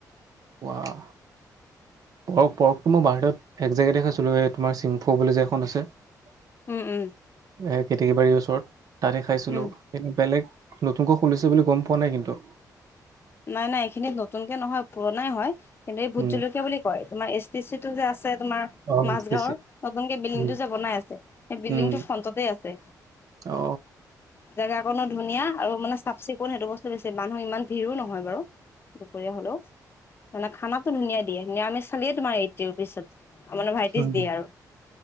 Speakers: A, on the right; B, on the left.
A: ৱাহ পৰক পৰকটো মই বাহিৰত এক জেগা দেখাইছিলোঁ এই তোমাৰ ছিংফ' বুলি যে এখন আছে এ
B: উম উম
A: কেতেকী বাৰীৰ ওচৰত তাতে খাইছিলো
B: উম,
A: কি বেলেগ নতুনকৈ খুলিছে বুলি গম পোৱা নাই কিন্তু
B: নাই নাই এইখিনিত নতুনকে নহয় পুৰণাই হয় কিন্তু এই ভোট
A: উম
B: জলকীয়া বুলি কয় তোমাৰ এছ টি চি টো যে আছে তোমাৰ
A: অ
B: মাাজ
A: এছ টি
B: গাঁৱৰ
A: চিত
B: নতুনকে বিল্ডিং
A: উম
B: টো যে বনাই আছে সেই বিল্ডিং
A: উম
B: টো ফ্ৰন্টতে আছে
A: অ
B: জেগা কনো ধুনীয়া আৰু মানে চাফ চিকুণ সেইটো বস্তু ছে মানুহ ইমান ভিৰো নহয় বাৰু দুপৰীয়া হলেও মানে খানাটো ধুনীয়া দিয়ে নিৰামিষ চালেইে তোমাৰ এইট পিছত মানে ভাইটিছ
A: উম
B: দিয়ে আৰু